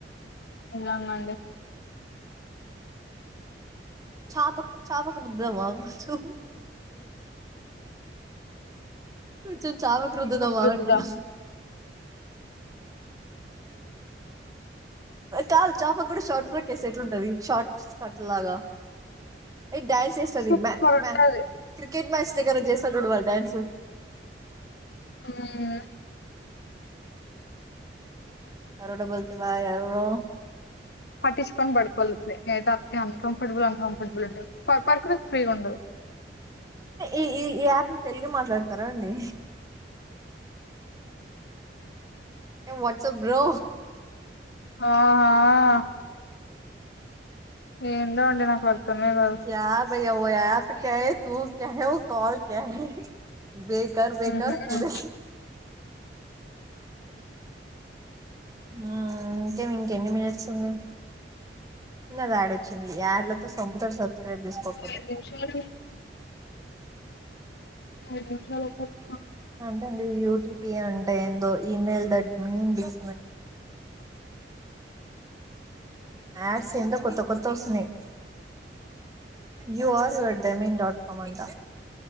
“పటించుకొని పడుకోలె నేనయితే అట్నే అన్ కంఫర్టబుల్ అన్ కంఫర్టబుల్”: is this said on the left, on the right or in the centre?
Left